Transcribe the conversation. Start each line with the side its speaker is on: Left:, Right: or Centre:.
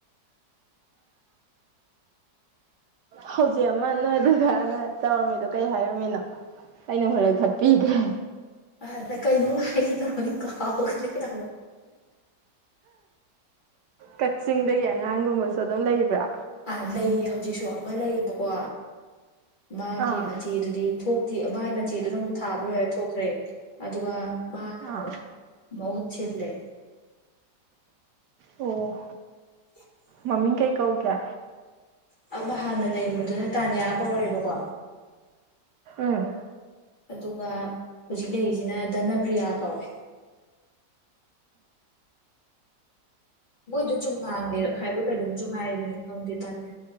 Right: ꯍꯧꯖꯤꯛ ꯑꯃ ꯅꯣꯏ ꯑꯗꯨꯒꯅ ꯇꯧꯔꯝꯃꯤꯗꯣ ꯀꯩ ꯍꯥꯏꯔꯝꯃꯤꯅꯣ꯫ ꯑꯩꯅ ꯍꯣꯔꯦꯟ ꯊꯠꯄꯤꯗ꯭ꯔꯦ꯫
Left: ꯑꯗ ꯀꯩꯅꯣ ꯍꯥꯏꯒꯦ ꯇꯧꯔꯣꯅꯤ ꯀꯥꯎꯒ꯭ꯔ ꯇꯃꯣ
Right: ꯀꯛꯆꯤꯡꯗꯒꯤ ꯑꯉꯥꯡꯒꯨꯝꯕꯁꯨ ꯑꯗꯨꯝ ꯂꯩꯕ꯭ꯔꯥ
Left: ꯑꯥ ꯂꯩꯌꯦ ꯍꯧꯖꯤꯛꯁꯨ ꯑꯃ ꯂꯩꯌꯦꯕꯀꯣ ꯃꯥꯒꯤ
Right: ꯑꯥ
Left: ꯃꯆꯦꯗꯨꯗꯤ ꯊꯣꯛ ꯃꯥꯒꯤ ꯃꯆꯦꯗꯨꯅ ꯑꯃꯨꯛ ꯊꯥꯕ ꯂꯣꯏꯔꯦ ꯊꯣꯛꯈ꯭ꯔꯦ ꯑꯗꯨꯒ ꯃꯥꯅ ꯑꯃꯨꯛ
Right: ꯑꯥ
Left: ꯃꯍꯣꯠ ꯁꯤꯗꯂꯦ꯫
Right: ꯑꯣ
Left: <inaudible>
Right: ꯃꯃꯤꯡ ꯀꯩ ꯀꯧꯒꯦ꯫
Left: ꯑꯃ ꯍꯥꯟꯅ ꯂꯩꯔꯝꯕꯗꯨꯅ ꯇꯥꯅꯤꯌꯥ ꯀꯧꯔꯦꯕꯀꯣ꯫
Right: ꯎꯝ
Left: ꯑꯗꯨꯒ ꯍꯧꯖꯤꯛ ꯂꯩꯔꯤꯁꯤꯅ ꯙꯅ ꯄ꯭ꯔꯤꯌꯥ ꯀꯧꯋꯦ꯫ ꯃꯣꯏꯁꯨ ꯆꯨꯝ ꯍꯥꯡꯗꯦꯔꯥ ꯈꯥꯏꯕ꯭ꯔꯣ ꯈꯥꯏꯕꯣꯝꯁꯨ ꯍꯥꯏꯈ꯭ꯔꯦ ꯈꯪꯗꯦ ꯇꯗꯤꯦ